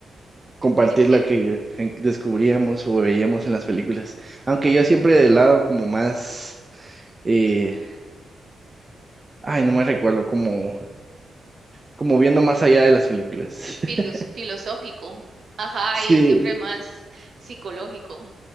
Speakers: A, on the right; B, on the right.
A: compartir
B: Es cierto,
A: la que en- descubríamos o veíamos en las películas, aunque yo siempre del lado como más, eh, ay, no me recuerdo, como, como viendo
B: como
A: más allá de las películas. <laughs>
B: filos- filosófico. Ajá,
A: Sí,
B: y yo siempre más psicológico.